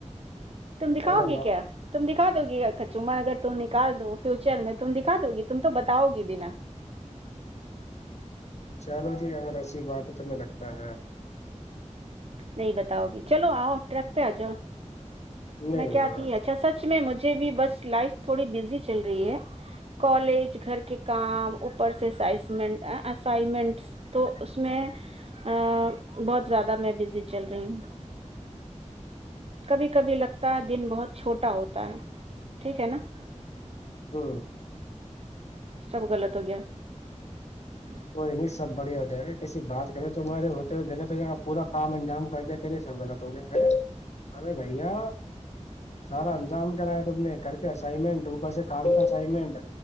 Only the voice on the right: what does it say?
تم دکھاؤ
گی
کیا تم دکھا دو گی کچوما اگر <unintelligible> تم نکال دو فیوچر میں تم دکھا د گی تم تو بتاؤ <unintelligible>
نہیں بتاؤ گی چلو آؤ ٹرک پہ آ جاؤ <unintelligible>
میں کیا
تھی اچھا سچ میں مجھے <unintelligible> ج بھی بس لائک <unintelligible> تھوڑی بزی چل رہی ہے <unintelligible> کالج گھر کے کام اوپر سے اسمنٹ اسائنمنٹس <unintelligible> تو اس میں <unintelligible> بہت زیادہ میں بزی <unintelligible> چل رہی ہ کبھی کبھی لگتا ہے دن بہت چھوٹا ہوتا ہے ٹھیک ہے نا <unintelligible>
سب غلط ہو گیا <unintelligible>